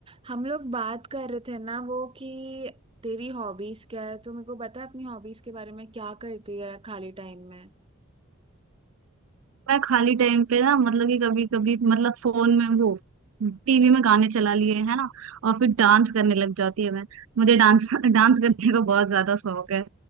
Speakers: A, on the right; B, on the right.
A: हम लोग बात कर रहे थे ना वो कि तेरी हॉबीज क्या है तो मेरे को बता अपनी हॉबीज के बारे में क्या करती है खाली टाइम में
B: मैं खाली टाइम पे ना मतलब कि कभी कभी मतलब फोन में वो टीवी में गाने चला लिए है ना और फिर डांस करने लग जाती है मैं मुझे डांस <laughs> डांस करने का बहुत ज्यादा शौक है